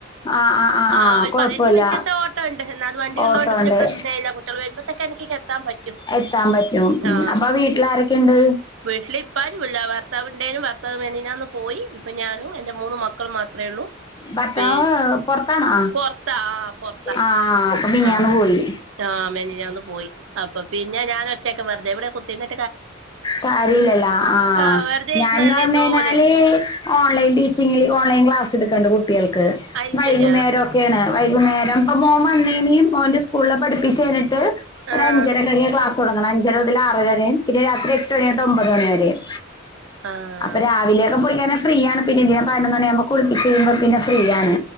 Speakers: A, on the left; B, on the right.
A: ആഹ് ആഹ് ആഹ്
B: ആ
A: ആഹ്
B: ഒരു
A: കൊഴപ്പമില്ല
B: പതിനഞ്ച് മിനിറ്റത്തെ ഓട്ടോ ഉണ്ട് എന്നാലൽ വണ്ടിയ
A: ഓട്ടോ
B: ഉള്ളതോണ്ട് പിന്നെ
A: ഉണ്ട്
B: പ്രശ്ന എയ് ല്ല കുട്ടികൾ വരുമ്പോത്തൊക്കെ എനിക്ക് എത്താൻ പറ്റും
A: എത്താൻ പറ്റും ഉം
B: ആ
A: അപ്പൊ വീട്ടിൽ ആരൊക്കെയുണ്ട്
B: വീടില് ഇപ്പാരുല്ല ഭർത്താവ് ഇ ഭർത്താവ് മിനിഞ്ഞാന്ന് പോയി ഇപ്പം ഞാനും എൻ്റെ മൂന്ന് മക്കൾ മാത്രമേ ഉള്ളൂ.
A: ഭർത്താവ്
B: പി
A: പൊറത്താണോ
B: പൊറത്താ ആ പൊറത്താ
A: ആഹ് അപ്പൊ മിനിഞ്ഞാന്ന്
B: ആ
A: പോയി
B: ആ മെനിഞാന്ന് പോയി അപ്പൊ പിന്നെ ഞാൻ ഒറ്റക്കെ വെറുതെവിടെ കുത്തിരുന്നി
A: കാര്ല്ലല്ല ആ
B: ആഹ് വെറുതെ
A: ഞാൻന്ന്
B: ഇരുന്നാല്
A: പറഞ്ഞ
B: എന്തോപോലെ
A: കഴിഞ്ഞാല് ഓൺലൈൻ ടീച്ചിങ്ങില് ഓൺലൈൻ ക്ലാസ് ക്ലാസെടുക്കണ്ട് കുട്ടികൾക്ക്
B: അയ്ശരിയാ
A: വൈകുന്നേരം ഒക്കെയാണ്. വൈകുന്നേരം ഇപ്പ മോൻ വന്ന് ഇനി മോന്റെ സ്കൂളിലെ പഠിപ്പിച്ച് കഴഞ്ഞിട്ട് ഒരു
B: ആഹ്
A: അഞ്ചര കൊക്കയാ ക്ലാസ് തുടങ്ങണം അഞ്ചര മുതൽ ആറരും പിന്നെ രാത്രി എട്ട് മണിയോട്ട് ഒമ്പത് മണി വരെയും.
B: ആഹ്
A: അപ്പൊ രാവിലെയൊക്കെ പോയിക്കാ ഫ്രീ ആണ് പിന്നെ ഇതിനെ പതിനൊന്നണിയാവുമ്പോ കുളിപ്പിച്ചയ്ഞ്ഞ പിന്നെ ഫ്രീ ആണ്